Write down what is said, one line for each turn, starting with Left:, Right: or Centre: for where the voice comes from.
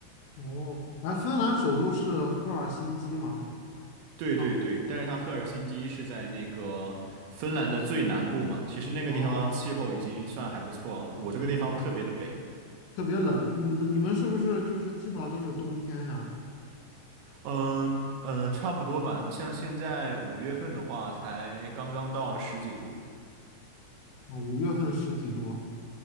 Left: 哦，哎，芬兰首都是赫尔辛基吗？
Right: 对对对，
Left: 啊，
Right: 但是它赫尔辛基是在那个芬兰的最南部嘛，其实那个地方气候已经算还不错了，
Left: 哦，
Right: 我这个地方特别的北。
Left: 那不错，特别冷，你们你们是不是就是基本上都是冬天呀？
Right: 嗯呃，呃差不多吧。你像现在五月份的话，才刚刚到十几度，
Left: 啊，五月份十几度。